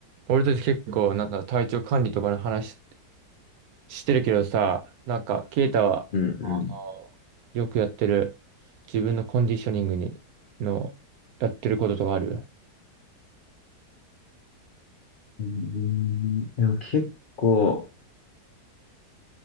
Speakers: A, on the right; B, on the left.
A: 俺たち結構、なんだ、体調管理とかの話してるけどさ、なんか、ケイタは、
B: うんうん。
A: あの、よくやってる、自分のコンディショニングに、の、やってることとかある
B: うんでも結構、